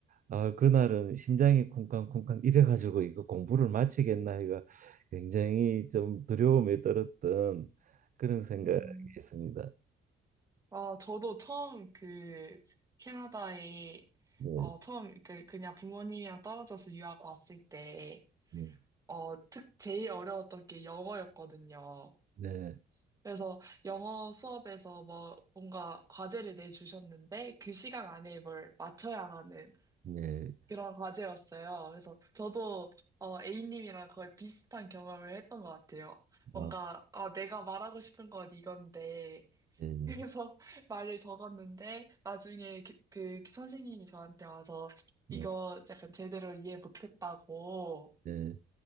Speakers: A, on the right; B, on the right.
A: 아, 그날은 심장이 쿵쾅쿵쾅 이래가지고 이거 공부를 마치겠나 이거 굉장히 좀 두려움에 떨었던 그런 생각이
B: 음.
A: 있습니다.
B: 아, 저도 처음 그 캐나다에
A: 네,
B: 어 처음 그 그냥 부모님이랑 떨어져서 유학 왔을 때
A: 네,
B: 어 특 제일 어려웠던 게 영어였거든요.
A: 네,
B: 그래서 영어 수업에서 뭐 뭔가 과제를 내주셨는데 그 시간 안에 뭘 맞춰야 하는
A: 네,
B: 그런 과제였어요. 그래서 저도 어 A님이랑 거의 비슷한 경험을 했던 것 같아요. 뭔가
A: 아,
B: 아 내가 말하고 싶은 건 이건데
A: 네, 네,
B: 그래서 <laughs> 말을 적었는데 나중에 그, 그 선생님이 저한테 와서
A: 네,
B: 이거 약간 제대로 이해 못했다고
A: 네.